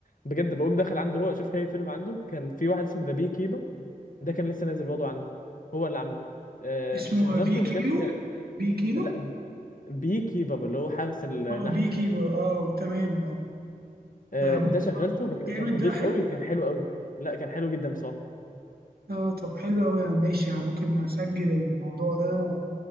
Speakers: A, on the left; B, on the right.
A: بجد بقوم داخل عنده هو اشوف اي فيلم عنده كان في واحد اسمه ذا بي كيبر ده كان لسه نازل برضه عنده هو اللي عامله آه،
B: اسمه
A: فشغلته
B: بي كيلو
A: بجد كان
B: بي كيلو
A: لا بي كيبر اللي هو حارس النحل
B: اه بي كيلو اه تمام اه
A: آه،
B: فممكن
A: ده شغلته
B: اتفرج عليه
A: مك-
B: جامد
A: كان نظيف
B: ده حلو
A: قوي وكان حلو قوي لا كان حلو جدا بصراحه
B: اه طب حلو قوي ماشي يعني ممكن اسجل الموضوع ده